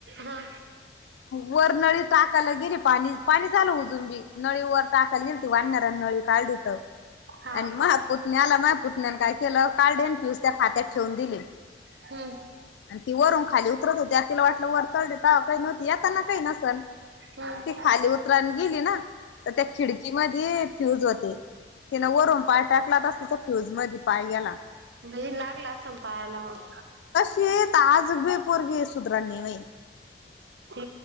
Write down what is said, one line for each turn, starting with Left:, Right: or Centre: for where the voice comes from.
Right: हा.
Left: वर नळी टाकायला गेली, पाणी पाणी चालू अजून बी. नळी वर टाकाय गेलती वाणाऱ्याने नळी काढली तर
Right: हा
Left: आणि म्हाया
Right: का
Left: पुतण्या अला म्हाया पुतण्यान काय केलं काढले, दुसऱ्या खात्यात ठेवून दिले.
Right: हम.
Left: आणि ती वरून खाली उतरत होती तिला वाटलं वर चढली तेव्हा काही नव्हती येताना काही नसल.
Right: हम्म
Left: ते खाली उतयला गेली ना, तर त्या खिडकी मधे फ्यूज होते तिने वरून पाय टाकला तसा तिचा रोज क्रुज मध्ये पाय गेला.
Right: लय लागला असन पायाला मग.
Left: ते आज बी पोरगी सुधारणा नाय
Right: ते